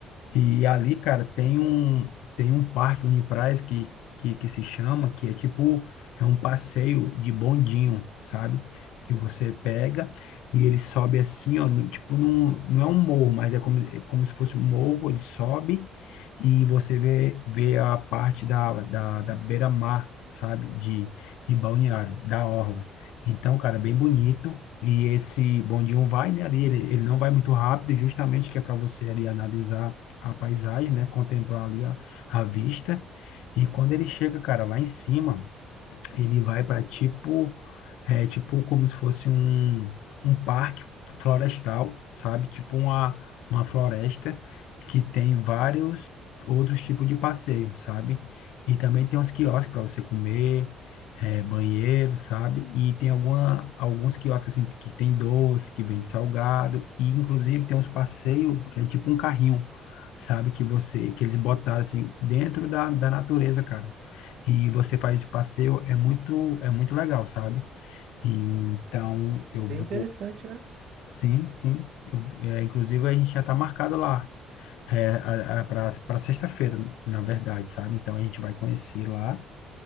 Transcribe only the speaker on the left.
E ali, cara, tem um tem um parque Uniprás que, que que se chama, que é tipo é um passeio de bondinho, sabe? Que você pega e ele sobe assim, ó, no- tipo num, não é um morro, mas é como, é como se fosse um morro, ele sobe e você vê vê a parte da da, da beira-mar, sabe? De de Balneário, da orla. Então, cara, é bem bonito. E esse bondinho vai, né, ali, ele, ele não vai muito rápido, justamente que é para você ali analisar a paisagem, né? Contemplar ali a, a vista. E quando ele chega, cara, lá em cima. Ele vai para tipo, é, tipo como se fosse um, um parque florestal, sabe? Tipo uma, uma floresta que tem vários outros tipos de passeio, sabe? E também tem uns quiosques para você comer, é, banheiro, sabe? E tem alguma, alguns quiosques assim que tem doce, que vende salgado, e inclusive tem uns passeios que é tipo um carrinho, sabe? Que você, que eles botaram assim dentro da, da natureza, cara e você faz esse passeio, é muito, é muito legal, sabe? E, então, eu vou,
sim, sim, eu, é, inclusive a gente já está marcado lá, é, para sexta-feira, na verdade, sabe? Então, a gente vai conhecer lá,